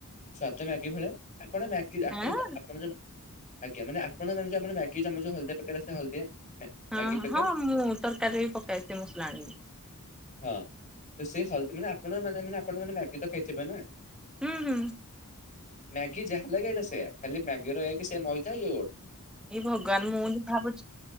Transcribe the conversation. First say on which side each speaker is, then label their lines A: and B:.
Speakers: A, on the left; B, in the centre.
A: ସ୍ଵାଦ ମ୍ୟାଗି ଭଳିଆ ଆପଣ ମ୍ୟାଗି ଆପଣ
B: ଆଁ?
A: ଆପଣ ଆଜ୍ଞା ମାନେ ଯୋଉ ଆପଣ ଯା ଯୋଉ ହଳଦିଆ ପ୍ୟାକେଟ୍ ଆସେ ହଳଦିଆ। ମ୍ୟା
B: ହଁ
A: ମ୍ୟାଗି ପ୍ୟାକେଟ
B: ହଁ ମୁଁ ତରକାରୀ ବି ପକାଏ ସେ ମସଲା ଆଣିକି।
A: ହଁ ତ ସେଇ ହଲଦ ମାନେ ଆପଣ ମାନେ ମାନେ ଆପଣ ମାନେ ମ୍ୟାଗି ତ ଖାଇଥିବେ ନା।
B: ହୁଁ ହୁଁ
A: ମ୍ୟାଗି ଯାହା ଲାଗେ ଏଟା ସେଆ ଖାଲି ମ୍ୟାଗିର ଏକେ ସେ ମଇଦା ଇଏ ଓଢ଼ସ୍।
B: ଏଇ ଭଗବାନ ମୁଁ ବି ଭାବୁଚି